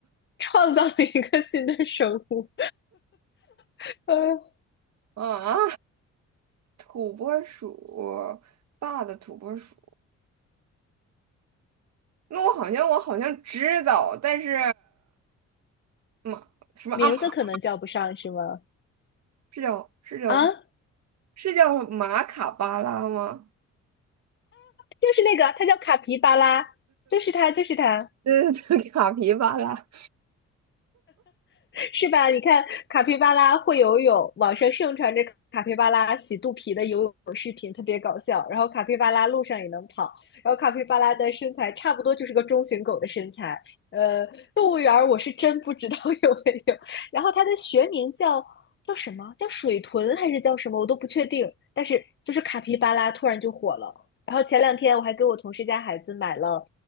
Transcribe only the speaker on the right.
啊，土拨鼠，大的土拨鼠。那我好像我好像知道，但是。马什么阿？
是叫是叫
是叫马卡巴拉吗？
对对对，<laughs> 卡皮巴拉。